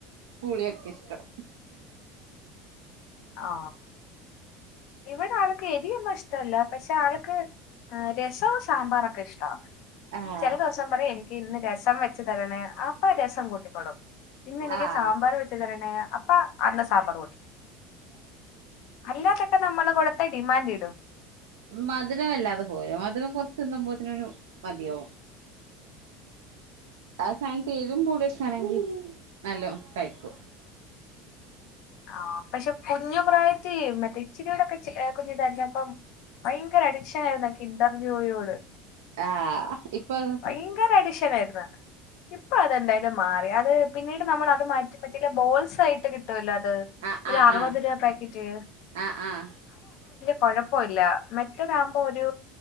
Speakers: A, on the right (about 80°); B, on the left (about 65°).
A: പുളിയൊക്കെ ഇഷ്ടം.
B: ആ ഇവിടെ ആൾക്ക് എരിയുന്നും ഇഷ്ടവല്ല പക്ഷെ ആൾക്ക് ആ രസവും സാമ്പാറൊക്കെ ഇഷ്ടവാ
A: ആഹ്
B: ചെല ദിവസം പറയും എനിക്ക് ഇന്ന് രസം വെച്തരണേ അപ്പാ രസം കൂട്ടിക്കോളും. ഇന്നെനിക്ക്
A: ആഹ്
B: സാമ്പാർ വെച്ചതരണേ അപ്പാ അന്ന് സാമ്പാർ കുട്ടി അല്ലാതൊക്കെ നമ്മളെ കൊടുത്തെ ഡിമാന്റ് ഇടു.
A: മധുരംമല്ലാതെ പോല്ലും മധുരം കൊറച്ച് തിന്നുമ്പോതന്നെരു മതിയോ ആഹ് സാൻത്ത് ഏരുവും പൂളിയും ഓക്കെണെങ്കി നല്ലോം കഴിക്കും.
B: ആഹ് പക്ഷെ കുഞ്ഞു പ്രായത്തി മറ്റേ ഇച്ചിരിയോടൊക്കെ ച് എഹ് കുഞ്ഞ് കരഞ്ഞപ്പം ഭയങ്കര അഡിക്ഷനായിരുന്നു കിന്റർജോയിയോട്
A: ആഹ് ഇപ്പൊ
B: ഭയങ്കര അഡിഷനായിരുന്നു. ഇപ്പൊ അതെന്തായാലും മാറി. അത് പിന്നീട് നമ്മള്ളത് മാറ്റി പറ്റില്ല ബോൾസ് ആയിട്ട് കിട്ടുവല്ലോ ത്
A: ആഹ്
B: ഒരു
A: ആഹ്
B: ആറുപത്ത് രൂപ പാക്കറ്റ്
A: ആഹ് ആഹ്
B: കൊഴപ്പല്ല മറ്റതാവുമ്പോ ഒരു